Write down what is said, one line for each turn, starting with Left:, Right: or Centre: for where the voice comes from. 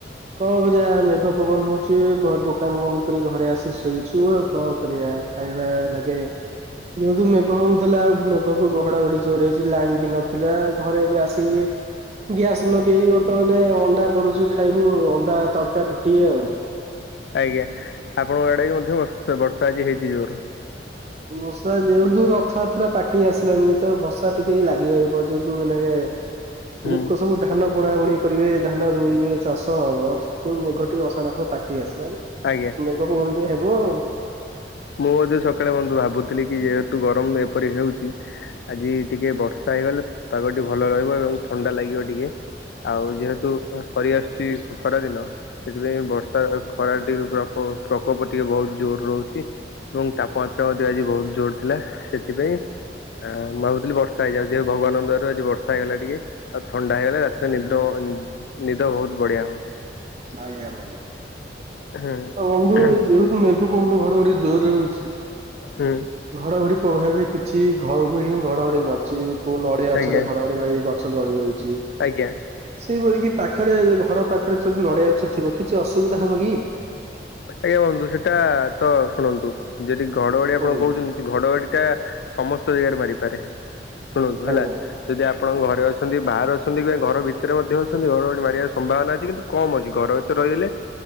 Right: କଣ କରିବା ମେଘ ପବନ ହଉଛି ଘ ଦୋକାନ ବନ୍ଦ କରି ଘରେ ଆସି ଶୋଇଛୁ ଆଉ କଣ କରିବା। ଖାଇବା ମାଗେ ଯେହେତୁ ମେଘ ହଉଥିଲା ମେଘ କୁ ଘଡଘଡି ଜୋର ହେଇଛି ଲାଇନ ବି ନଥିଲା ଘରେ ଏବେ ଆସିକି ଗ୍ୟାସ୍ ଲଗେଇକି ବର୍ତ୍ତମାନ ଅଣ୍ଡା କରୁଛୁ ଖାଇବୁ ଆଉ ଅଣ୍ଡା ତଡକା ରୁଟି ଆଉ।
Left: ଆଜ୍ଞା ଆପଣଙ୍କ ଆଡେ ବି ମଧ୍ୟ ବର୍ଷ ବର୍ଷା ଆଜି ହେଇଛି ଜୋର।
Right: ବର୍ଷା ଜେହେତୁ ରଥଯାତ୍ରା ପାଖେଇ ଆସିଲାଣୀ ତ ବର୍ଷା ଟିକେ ଲାଗି ରହିବ ଯେହେତୁ ଏନାକେ
Left: ହୁଁ।
Right: ଲୋକ ସବୁ ଧାନ ବୁଣା ବୁଣି କରିବେ ଧାନ ରୋଇବେ ଚାଷ ହବ ସେଇଠୁ ମେଘ ଟିକେ ଅଷାଢ଼ ମାସ ପାଖେଇ ଆସିଲାଣି।
Left: ଆଜ୍ଞା।
Right: ମେଘକୁ ଗଣ୍ଡିଆ ହେବ ଆଉ।
Left: ମୁଁ ମଧ୍ୟ ସକାଳେ ବନ୍ଧୁ ଭାବୁଥିଲି କି ଯେହେତୁ ଗରମ ଏପରି ହେଉଛି ଆଜି ଟିକେ ବର୍ଷା ହେଇଗଲେ ପାଗଟି ଭଲ ରହିବ ଏବଂ ଥଣ୍ଡା ଲାଗିବ ଟିକେ। ଆଉ ଯେହେତୁ ସରି ଆସୁଛି ଖ ଖରା ଦିନ ସେଥିପାଇଁ ବର୍ଷା ଖରା ଟିକେ ପ୍ରପ ପ୍ରକୋପ ଟିକେ ବହୁତ ଜୋର ରହୁଛି। ଏବଂ ତାପମାତ୍ରା ମଧ୍ୟ ଆଜି ବହୁତ ଜୋର ଥିଲା ସେଥିପାଇଁ ହଁ ମୁଁ ଭାବୁଥିଲି ବର୍ଷା ହେଇଯାଉ ଯେ ଭଗବାନଙ୍କ ଦୟାରୁ ଆଜି ବର୍ଷା ହେଇଗଲା ଟିକେ। ଆଉ ଥଣ୍ଡା ହେଇଗଲେ ରାତିରେ ନିଦ ନିଦ ବହୁତ ବଢିଆ ହବ।
Right: ଆଜ୍ଞା ବନ୍ଧୁ ତ
Left: ହୁଁ
Right: ବନ୍ଧୁ ଯଉ ମେଘ ପବନ ଘଡଘଡ଼ି ଜୋରରେ ହୋଉଛି।
Left: ହୁଁ।
Right: ଘଡଘଡି ପ୍ରଭାବରେ କିଛି ଘରକୁ ହିଁ ଘଡଘଡି ମାରୁଛି କୋଉ ନଡିଆ ଗଛରେ
Left: ଆଜ୍ଞା
Right: ଘଡଘଡି ମାରି ଗଛ ଜଳିଯାଉଛି।
Left: ଆଜ୍ଞା।
Right: ସେଇଭଳି କିି ପାଖରେ ଘର ପାଖରେ ଯୋଉ ନଡିଆ ଗଛ ଥିବ କିଛି ଅସୁବିଧା ହବ କି?
Left: ଆଜ୍ଞା ବନ୍ଧୁ ସେଟା ତ ଶୁଣନ୍ତୁ ଯଦି ଘଡଘଡି ଆପଣ
Right: କୁହନ୍ତୁ?
Left: କହୁଛନ୍ତି ଘଡଘାଡି ଟା ସମସ୍ତ ଜାଗାରେ ମାରିପାରେ ଶୁଣନ୍ତୁ ହେଲା
Right: ଆଜ୍ଞା।
Left: ଯଦି ଆପଣଙ୍କ ଘରେ ଅଛନ୍ତି ବାହାରେ ଅଛନ୍ତି କିମ୍ବା ଘର ଭିତରେ ମଧ୍ୟ ଅଛନ୍ତି ଘଡଘଡି ମାରିବା ସମ୍ଭାବନା ଅଛି କିନ୍ତୁ କମ ଅଛି ଘର ଭତ ରହିଗଲେ